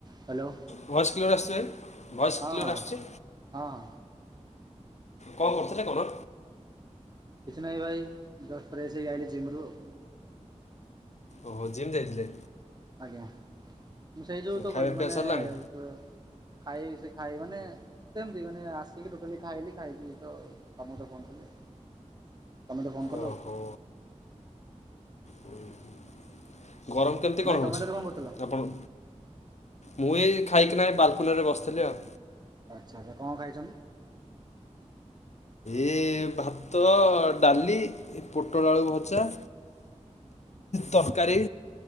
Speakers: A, on the right (about 35°); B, on the left (about 65°).
A: Hello
B: voice clear ଆସୁଛି ଭାଇ, ଭଏସ
A: ହଁ
B: କ୍ଲିୟର
A: ହଁ
B: ଆସୁଚି?
A: ହଁ ହଁ
B: କଣ କରୁଥିଲେ କଣ?
A: କିଛି ନାାଇଁ ଭାଇ ଜଷ୍ଟ ଫ୍ରେଶ ହେଇ ଆଇଲି ଜିମ୍ ରୁ ଆଉ।
B: ଓହୋ ଜିମ୍ ଯାଇଥିଲେ।
A: ଆଜ୍ଞା। ମୁଁ ସେଇ ଯୋଗୁରୁ ତ
B: ଖାଇବା
A: କହିଲି
B: ପିଇବା
A: ମାନେ
B: ସରିଲାଣି
A: ପ-ଖାଇ ସେ ଖାଇ ମାନେ ସେମତି ମାନେ ଆସିକି ଟୋଟାଲି ଖାଇଲି ଖାଇକି ତ ତୋମକୁ ତ ଫୋନ କଲି ଆଉ। ତୋମେ ତେ ଫୋନ୍ କଲ।
B: ଓହୋ ହୁଁ ହୁ। ଗରମ କେମିତି କଣ
A: ଭାଇ ତମେ
B: ହେଉଛି
A: ତାହେଲେ କରୁଥିଲ?
B: ଆପଣ ମୁଁ ଏଇ ଖାଇକିନାହିଁ ବାଲକୁନିରେ ବସିଥିଲି ଆଉ।
A: ଆଚ୍ଛା ଆଛା କଣ ଖାଇଛ?
B: ଏ ଭାତ ଡାଲି ପୋଟଳ ଆଳୁ ଭଜା ତରକାରୀ